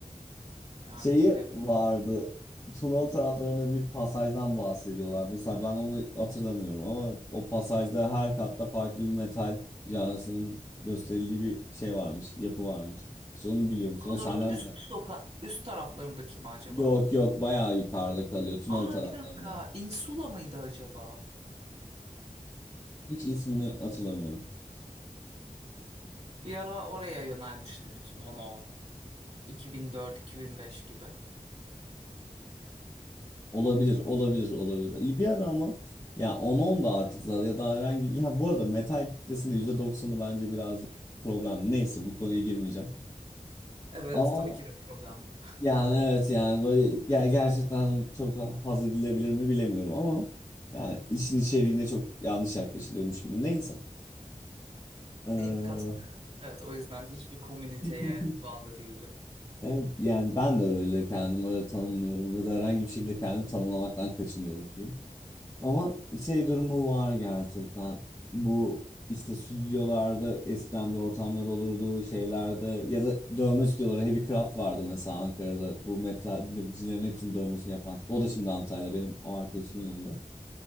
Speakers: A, on the right; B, on the left.
A: Yani
B: Şeyi
A: bilemiyorum.
B: vardı. Tunalı taraflarında bir pasajdan bahsediyorlar. Mesela ben onu hatırlamıyorum ama o pasajda her katta farklı bir metal canlısının gösterildiği bir şey varmış. Yapı varmış. Hiç onu biliyor musun?
A: Konur'un
B: O senden
A: üst
B: de.
A: soka, üst taraflarında kim acaba?
B: Yok yok bayağı yukarıda kalıyor Tunalı
A: Aa
B: taraflarında.
A: bir dakika. Insula mıydı acaba?
B: Hiç ismini hatırlamıyorum.
A: Bir ara oraya yönelmişti bütün on on iki bin dört iki bin beş gibi.
B: Olabilir, olabilir, olabilir. İyi Bir ara ama ya 10-10 da artık zaten ya da herhangi ya bu arada metal kitlesinde yüzde doksanı bence birazcık problem. Neyse bu konuya girmeyeceğim.
A: Evet
B: Ama
A: tabii ki de problemli. <laughs>
B: yani evet yani böyle ger- gerçekten çok haz edilebilir mi bilemiyorum ama yani işin içeriğine çok yanlış yaklaşılıyormuş gibi. Neyse. Ee,
A: İn- Katılıyorum. Evet o yüzden hiçbir komüniteye
B: <laughs>
A: bağlı değilim.
B: evet yani ben de öyle kendimi öyle tanımlıyorum ya da herhangi bir şekilde kendimi tanımlamaktan kaçınıyorum Ama şey durumu var gerçekten. Bu işte stüdyolarda eskiden bir ortamlar olurdu şeylerde ya da dövme stüdyoları Heavy Craft vardı mesela Ankara'da. Bu metalcilerin hepsinin dövmesini yapan. tip. O da şimdi Antalya'da benim o arkadaşımın yanında.